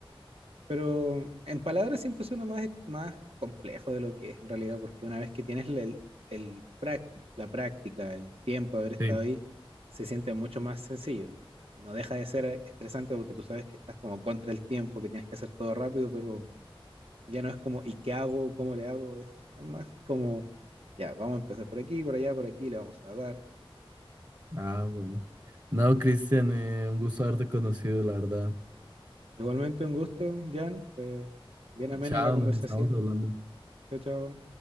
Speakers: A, on the right; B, on the right.
A: Pero en palabras siempre suena más, más complejo de lo que es en realidad, porque una vez que tienes el, el práctico, la práctica, el tiempo de haber estado
B: Sí.
A: ahí, se siente mucho más sencillo. No deja de ser estresante porque tú sabes que estás como contra el tiempo, que tienes que hacer todo rápido, pero Ya no es como, ¿y qué hago? ¿Cómo le hago? Es más como, ya, vamos a empezar por aquí, por allá, por aquí, le vamos a dar.
B: Ah, bueno. No, Cristian, eh, un gusto haberte conocido, la verdad.
A: Igualmente un gusto, Jan. Fue bien amena
B: Chao,
A: la conversación.
B: nos estamos hablando.
A: Chao, chao.